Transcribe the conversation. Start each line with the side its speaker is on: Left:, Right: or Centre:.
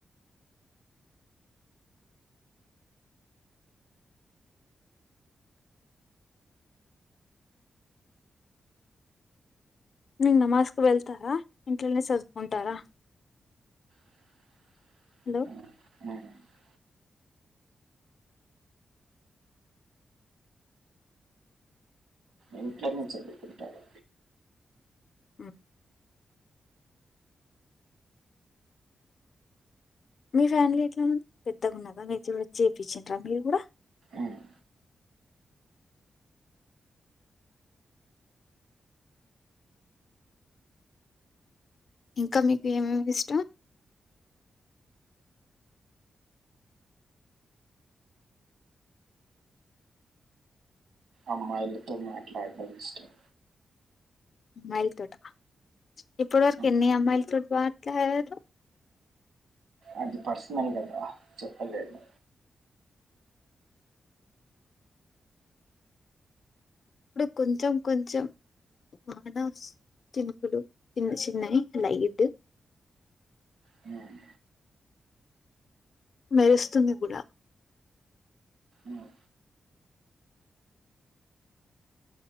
Left: నువ్ నమాజ్ కు వెళ్తారా ఇంట్లోనే చదువుకుంటారా
Right: <inaudible>
Left: హలో!
Right: ఇంట్లోనే చదువు కుంటాను
Left: హు మీ ఫ్యామిలీ ఎట్లా ఉంది పెద్దగున్నదా మీరు కూడ చేప్పిచ్చిండ్రా మీరు కూడా <inaudible>
Right: ఉమ్,
Left: ఇంకా మీకు ఏమేమి ఇష్టం
Right: అమ్మాయిలతో మాట్లడం ఇష్టం
Left: అమ్మాయిల తోట ఇప్పటి వరకు
Right: ఉమ్,
Left: ఎన్ని అమ్మాయిల తోటి మాట్లాడారు
Right: అది పర్సనల్ కదా చెప్పలేను
Left: ఇప్పుడు కొంచెం కొంచెం బానోస్ చినుకులు చిన్న చిన్నయ్ లైట్
Right: హు
Left: మెరుస్తుంది కూడ
Right: ఉమ్,